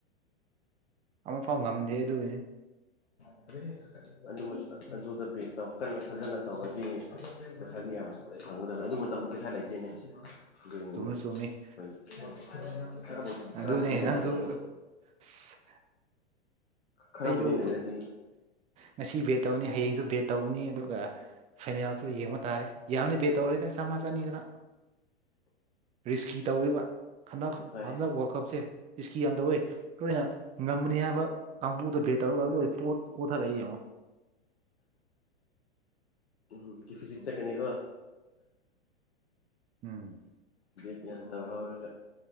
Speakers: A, on the right; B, on the left.
A: ꯑꯃꯐꯥꯎ ꯉꯝꯗꯦ ꯑꯗꯨꯒꯤꯅꯤ
B: <unintelligible> ꯑꯗꯨꯃ ꯑꯗꯨꯗ ꯕꯦꯠ ꯇꯧ ꯀꯠꯅ ꯐꯖꯅ ꯇꯧꯔꯗꯤ ꯄꯩꯁꯥꯗꯤ ꯌꯥꯝ ꯐꯪꯒꯗꯕꯅꯤ ꯑꯗꯨ ꯃꯇꯝꯗ ꯄꯩꯁꯥ ꯂꯩꯇꯦꯅꯦ ꯑꯗꯨꯏꯅꯤꯅꯦ
A: ꯆꯨꯝꯃꯤ ꯆꯨꯝꯃꯤ
B: ꯑꯩꯈꯣꯏ ꯈꯔꯕꯨ ꯈꯔꯕꯨꯗꯤ
A: ꯑꯗꯨꯅꯦ
B: ꯂꯩꯔꯝꯃꯗꯤ
A: ꯅꯪꯁꯨ ꯑꯁ
B: ꯈꯔꯕꯨꯗꯤ
A: ꯑꯩꯁꯨ
B: ꯂꯩꯔꯗꯤ
A: ꯉꯁꯤ ꯕꯦꯠ ꯇꯧꯅꯤ ꯍꯌꯦꯡꯁꯨ ꯕꯦꯠ ꯇꯧꯅꯤ ꯑꯗꯨꯒ ꯐꯥꯏꯅꯜꯁꯨ ꯌꯦꯡꯕ ꯇꯥꯔꯦ ꯌꯥꯎꯅꯤ ꯕꯦꯠ ꯇꯧꯔꯣꯏꯅꯦ ꯆꯝꯃꯥ ꯆꯥꯅꯤ ꯒꯗ ꯔꯤꯁꯀꯤ ꯇꯧꯋꯤꯕ ꯍꯟꯗꯛ
B: ꯍꯣꯏ
A: ꯍꯟꯗꯛ ꯋꯥꯜ ꯀꯞꯁꯦ ꯔꯤꯁꯀꯤ ꯌꯥꯝ ꯇꯧꯋꯦ ꯑꯩꯈꯣꯏꯅ ꯉꯝꯃꯅꯤ ꯍꯥꯏꯕ ꯀꯥꯡꯕꯨꯗ ꯕꯦꯠ ꯇꯧꯔꯒ ꯂꯣꯏ ꯄꯣ ꯄꯣꯊꯔꯛꯏ ꯌꯦꯡꯉꯣ
B: ꯎꯝ ꯀꯤꯐꯤꯁꯤꯠ ꯆꯠꯀꯅꯤꯀꯣ
A: ꯎꯝ
B: ꯗꯦꯠ ꯌꯥꯝꯟ ꯇꯧꯍꯧꯔꯒ